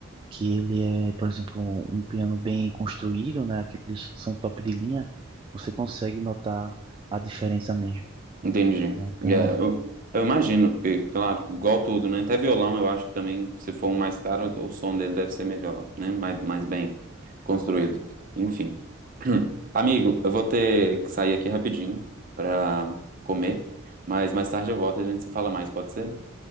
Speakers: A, on the right (about 25°); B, on the right (about 40°).
A: que ele é, por exemplo, um piano bem construído, né? Aqueles que são top de linha, você consegue notar a diferença mesmo,
B: Entendi.
A: né? Então,
B: É, eu, eu imagino que, claro, igual tudo, né? Até violão, eu acho que também, se for um mais caro, o som dele deve ser melhor, né? Mais, mais bem construído. Enfim. <clears throat> Amigo, eu vou ter que sair aqui rapidinho pra comer, mas mais tarde eu volto e a gente se fala mais, pode ser?